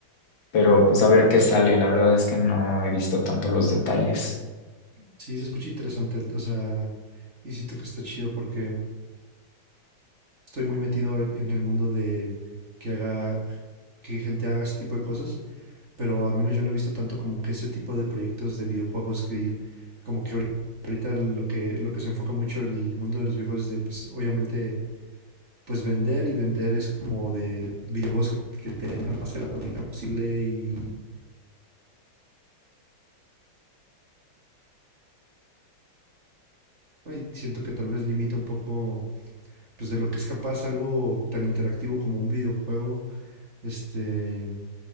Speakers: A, on the left (about 70°); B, on the right (about 40°).
A: pero pues
B: Mm.
A: a ver qué sale. La verdad es que no he visto tanto los detalles.
B: Sí, se escucha interesante, o sea, y siento que está chido porque estoy muy metido en, en el mundo de que haga, que gente haga ese tipo de cosas, pero al menos yo no he visto tanto como que ese tipo de proyectos de videojuegos que como que ahorita, ahorita lo que lo que se enfoca mucho el mundo de los videojuegos es de pues obviamente pues vender y vender es como de videojuegos que, que te den la más serotonina posible y, y siento que tal vez limita un poco pues de lo que es capaz algo tan interactivo como un videojuego este,